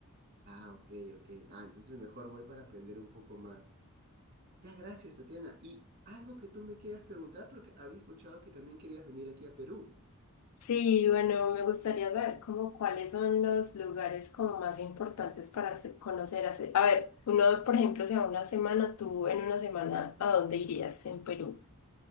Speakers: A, on the right; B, on the left.
A: Ah, ok, ok. Ah, entonces mejor voy para aprender un poco más. Ya, gracias, Tatiana. Y algo que tú me quieras preguntar, porque había escuchado que también querías venir aquí a Perú.
B: Sí, bueno, me gustaría saber como cuáles son los lugares como más importantes para hacer- conocer. hacer- A ver, uno, por ejemplo, si a una semana, tú en una semana, ¿a dónde irías en Perú?